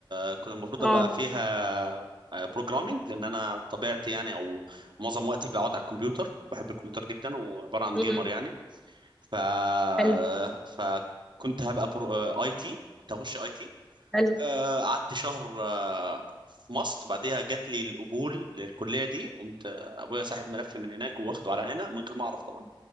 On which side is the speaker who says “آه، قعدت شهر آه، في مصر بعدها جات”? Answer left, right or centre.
Right